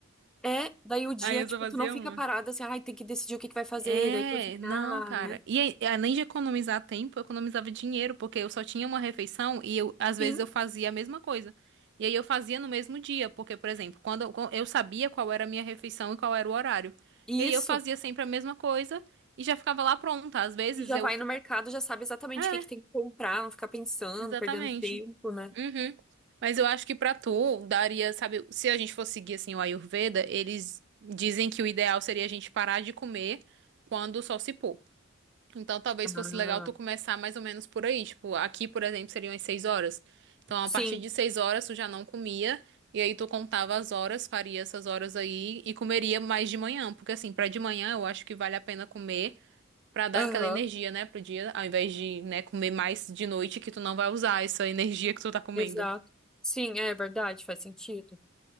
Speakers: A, in the centre; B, on the right.
A: É, daí o dia,
B: Aí eu
A: tipo,
B: só fazia
A: tu não fica
B: uma.
A: parada assim, ai, tem que decidir o que que vai fazer,
B: É,
A: daí cozinhar,
B: não, cara.
A: né?
B: E aí, além de economizar tempo, eu economizava dinheiro, porque eu só tinha uma refeição e eu, às vezes
A: Sim,
B: eu fazia a mesma coisa. E aí eu fazia no mesmo dia, porque, por exemplo, quando eu eu sabia qual era a minha refeição e qual era o horário.
A: isso.
B: E aí eu fazia sempre a mesma coisa e já ficava lá pronta. Às vezes
A: E já
B: eu.
A: vai no mercado, já sabe exatamente
B: É,
A: o que que tem que comprar, não ficar pensando,
B: exatamente.
A: perdendo tempo, né?
B: Uhum. Mas eu acho que pra tu daria, sabe, se a gente fosse seguir assim o Ayurveda, eles dizem que o ideal seria a gente parar de comer quando o sol se pôr. Então, talvez fosse
A: Aham.
B: legal tu começar mais ou menos por aí. Tipo, aqui, por exemplo, seriam as seis horas. Então,
A: Sim,
B: a partir de seis horas, tu já não comia. E aí, tu contava as horas, faria essas horas aí e comeria mais de manhã. Porque, assim, pra de manhã, eu acho que vale a pena comer pra dar
A: aham,
B: aquela energia, né, pro dia, ao invés de, né, comer mais de noite que tu não vai usar essa energia que tu tá comendo.
A: exato. Sim, é verdade, faz sentido.